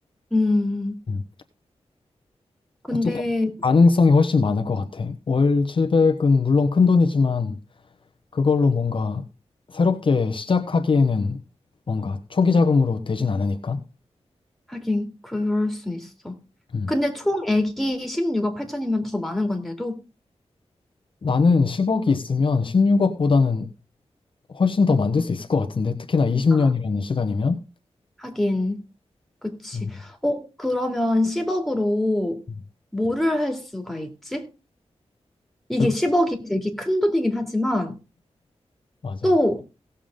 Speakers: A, in the centre; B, on the left.
A: 응.
B: 음.
A: 근데
B: 어쨌든 가능성이 훨씬 많을 것 같아. 월 700은 물론 큰 돈이지만, 그걸로 뭔가 새롭게 시작하기에는 뭔가 초기 자금으로 되진 않으니까.
A: 하긴 그럴 순 있어.
B: 음.
A: 근데 총액이 16억 8천이면 더 많은 건데도
B: 나는 10억이 있으면 16억보다는 훨씬 더 만들 수 있을 것 같은데 특히나 20년이라는
A: 아,
B: 시간이면
A: 하긴. 그치.
B: 음,
A: 어, 그러면 10억으로
B: 음.
A: 뭐를 할 수가 있지? 이게
B: 그-
A: 10억이 되게 큰 돈이긴 하지만
B: 맞아.
A: 또